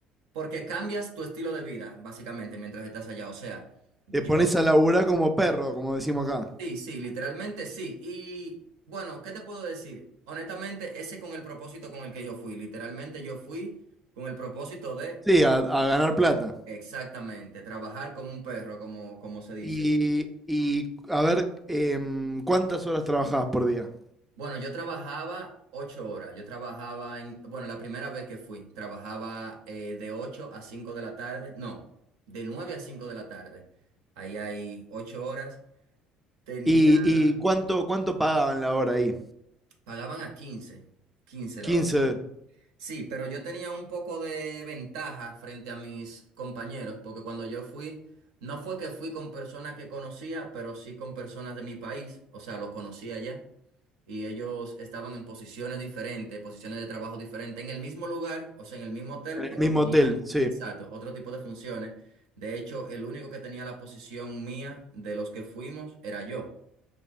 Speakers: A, on the right; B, in the centre.
A: Porque cambias tu estilo de vida, básicamente, mientras estás allá. O sea, yo
B: Te pones a laburar como perro, como decimos acá.
A: sí, sí, literalmente sí. Y bueno, ¿qué te puedo decir? Honestamente, ese con el propósito con el que yo fui. Literalmente yo fui con el propósito de,
B: Sí, a, a ganar plata.
A: exactamente, trabajar como un perro, como, como se dice.
B: Y, y a ver, em, ¿cuántas horas trabajabas por día?
A: Bueno, yo trabajaba ocho horas. Yo trabajaba en, bueno, la primera vez que fui, trabajaba eh, de ocho a cinco de la tarde. No, de nueve a cinco de la tarde. Ahí hay ocho horas. Tenía...
B: ¿Y, y cuánto, cuánto pagaban la hora ahí?
A: Pagaban a quince, quince la
B: 15
A: hora. Sí, pero yo tenía un poco de ventaja frente a mis compañeros, porque cuando yo fui, no fue que fui con personas que conocía, pero sí con personas de mi país, o sea, los conocía ya, y ellos estaban en posiciones diferentes, posiciones de trabajo diferentes, en el mismo lugar, o sea, en el mismo hotel,
B: en el
A: pero
B: mismo
A: tenían,
B: hotel, sí.
A: exacto, otro tipo de funciones. De hecho, el único que tenía la posición mía de los que fuimos era yo.